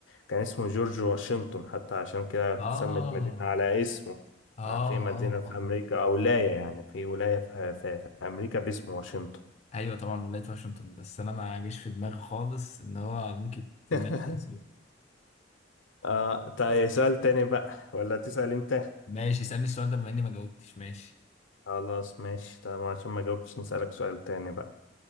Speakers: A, on the left; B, on the left.
A: كان اسمه جورج واشنطن حتى عشان كده اتسمت
B: اه
A: مدينة على اسمه
B: اه اه
A: آه، في مدينة في
B: اه
A: امريكا او ولاية يعني في ولاية في, في, في امريكا باسم واشنطن
B: ايوه طبعا ولاية واشنطن بس انا ما جاش في دماغي خالص ان هو ممكن تسميها
A: <laughs>
B: على اسمي
A: اه طيب سؤال تاني بقى ولا تسأل انت
B: ماشي اسألني السؤال ده بما اني ما جاوبتش ماشي
A: خلاص ماشي طب عشان ما جاوبتش نسألك سؤال تاني بقى